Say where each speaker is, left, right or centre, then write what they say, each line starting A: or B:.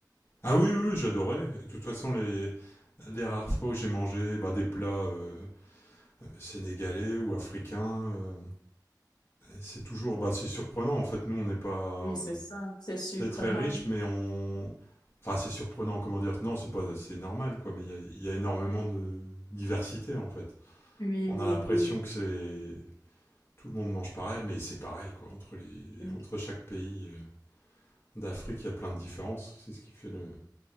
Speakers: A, on the left (about 30°); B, on the left (about 65°).
A: Ah oui, oui, oui, j'adorais. De toute façon, les, les rares fois où j'ai mangé bah, des plats euh, euh, sénégalais ou africains, euh, C'est toujours, bah, c'est surprenant. En fait, nous, on n'est pas,
B: Oui, c'est ça. C'est surprenant.
A: c'est très riche, mais on, enfin, c'est surprenant. Comment dire Non, c'est pas, c'est normal, quoi. Mais il y a, il y a énormément de diversité, en fait.
B: Oui,
A: On
B: oui,
A: a l'impression
B: oui.
A: que c'est tout le monde mange pareil, mais c'est pareil, quoi. Entre les,
B: Oui,
A: entre chaque pays euh, d'Afrique, il y a plein de différences. C'est ce qui fait le,